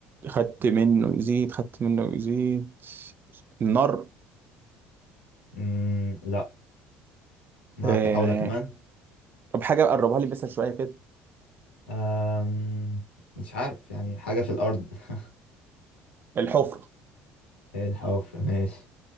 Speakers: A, on the right; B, on the left.
A: خدت منه يزيد خدت منه يزيد النار
B: مم. لا معاك
A: آه.
B: محاولة كمان
A: طب حاجة قربها لي بس شوية كده
B: أم... مش عارف يعني حاجة في الأرض <laughs>
A: الحفرة
B: الحفر ماشي